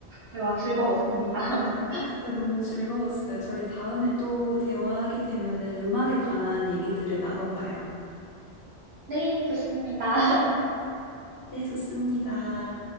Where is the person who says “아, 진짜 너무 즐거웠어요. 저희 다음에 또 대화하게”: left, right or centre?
Left